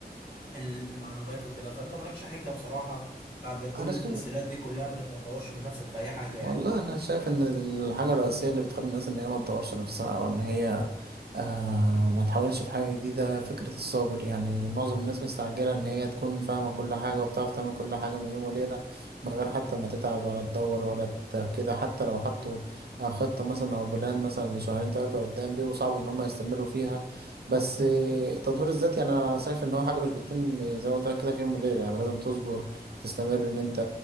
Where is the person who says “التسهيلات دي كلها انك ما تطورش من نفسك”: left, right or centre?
Left